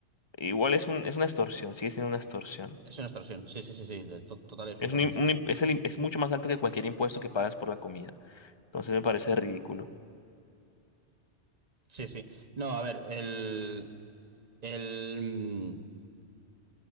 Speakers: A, on the left; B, on the right.
A: igual es un, es una extorsión, sigue siendo una extorsión.
B: Es una extorsión. Sí, sí, sí, sí. de- to- Total y absolutamente.
A: Es, un, im- un im- es el im- es mucho más alto que cualquier impuesto que pagas por la comida. Entonces me parece ridículo,
B: Sí, sí. No, a ver, el, el, mm,